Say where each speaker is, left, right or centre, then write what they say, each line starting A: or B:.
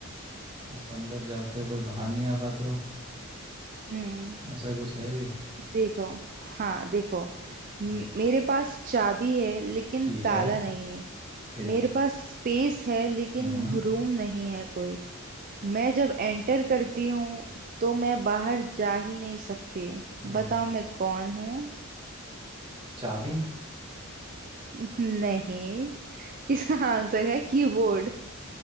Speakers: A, on the right; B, on the right.
A: आप अंदर जाते हो पर बाहर नहीं आ पाते हो
B: हम्म
A: ऐसा कुछ है भी
B: देखो हाँ देखो म-
A: हम्म
B: मेरे पास चाबी है लेकिन
A: ठीक
B: ताला
A: है
B: नहीं है
A: ओके
B: मेरे पास स्पेस है लेकिन
A: हम्म
B: रूम नहीं है कोई मैं जब एंटर करती हूँ तो मैं बाहर जा ही नहीं सकती
A: हम्म
B: बताओ मैं कौन हूँ
A: चाबी
B: <laughs> नहीं इसका आंसर है कीबोर्ड